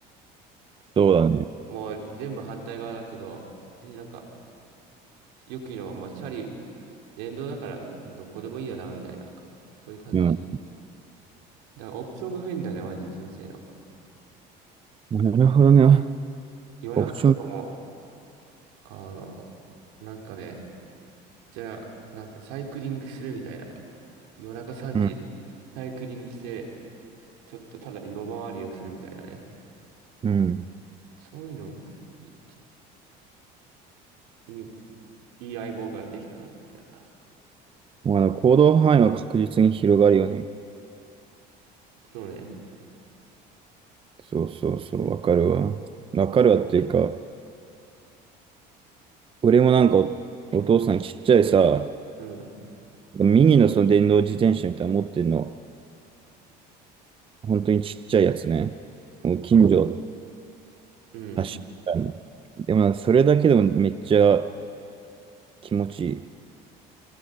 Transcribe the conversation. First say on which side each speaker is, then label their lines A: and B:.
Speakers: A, on the right; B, on the right.
A: もう、
B: そうだね。
A: もう全部反対側だけど、別になんか、よく言うのが、もうチャリ、電動だから別にどこでもいいよな、みたいな。そういう感じ。
B: うん。
A: だからオプションが増えんだよね、マジ人生の。
B: なるほどね。
A: 夜中とかも、
B: オプション。
A: あの、なんかね、じゃあ、なんかサイクリングするみたいな。夜中3時、
B: うん、
A: サイクリングして、ちょっとただ夜回りをするみたいなね。
B: うん。
A: そういうの、いい、いいいい相棒ができたな、みたいな。
B: まあ、行動範囲は確実に広がるよね。
A: そうね。
B: そうそうそう、わかるわ。わかるわっていうか、俺もなんかお、お父さんちっちゃいさ、
A: うん。
B: ミニのその電動自転車みたいなの持ってんの。本当にちっちゃいやつね。もう近所所
A: うん。
B: 走るみたいな。でもなんかそれだけでもめっちゃ気持ちいい。